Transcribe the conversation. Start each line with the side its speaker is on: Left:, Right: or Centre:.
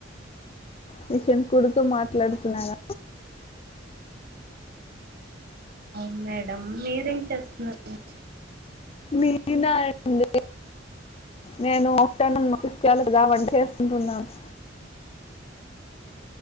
Left: మిషిన్ కుడుతూ మాట్లాడుతున్నార.
Right: అవును మేడం మీరేం చేస్తున్నారు.
Left: నేనా అండి నేను ఆఫ్టేర్నూన్ మకిస్తకయాలి కదా వంట చేస్కుంటున్నాను.